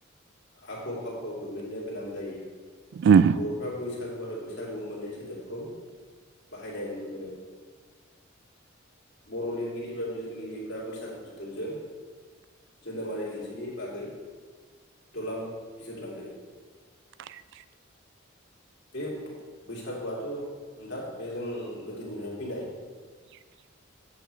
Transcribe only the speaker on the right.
उम
<inaudible>
<inaudible>